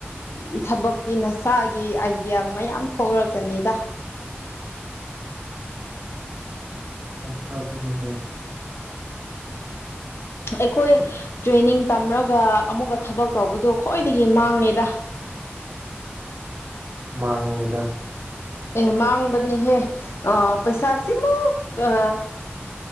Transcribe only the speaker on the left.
ꯗꯤ ꯊꯕꯛꯇꯤ ꯅꯁꯥꯒꯤ ꯑꯥꯏꯗꯤꯌꯥ ꯃꯌꯥꯝ ꯊꯣꯛꯂꯛꯀꯅꯤꯗ
ꯑꯩꯈꯣꯏ ꯇ꯭ꯔꯦꯅꯤꯡ ꯇꯝꯔꯒ ꯑꯃꯨꯛꯀ ꯊꯕꯛ ꯇꯧꯕꯗꯣ ꯈ꯭ꯋꯥꯏꯗꯒꯤ ꯃꯥꯡꯉꯦꯗ
ꯑꯦ ꯃꯥꯡꯕꯅꯦꯍꯦ ꯑ ꯄꯩꯁꯥꯁꯤꯃꯨꯛ ꯑ